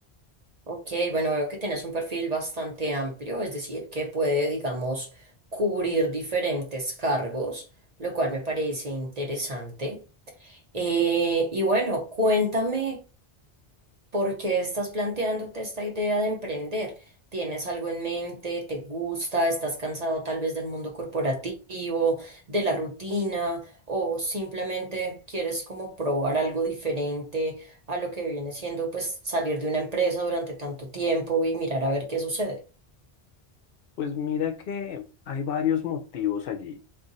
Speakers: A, on the right; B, on the left.
A: ok, bueno, veo que tienes un perfil bastante amplio, es decir, que puede, digamos, cubrir diferentes cargos, lo cual me parece interesante. Eh, y bueno, cuéntame. ¿Por qué estás planteándote esta idea de emprender? ¿Tienes algo en mente? ¿Te gusta? ¿Estás cansado tal vez del mundo corporativo, de la rutina? ¿O simplemente quieres como probar algo diferente a lo que viene siendo pues salir de una empresa durante tanto tiempo y mirar a ver qué sucede?
B: Pues mira que hay varios motivos allí.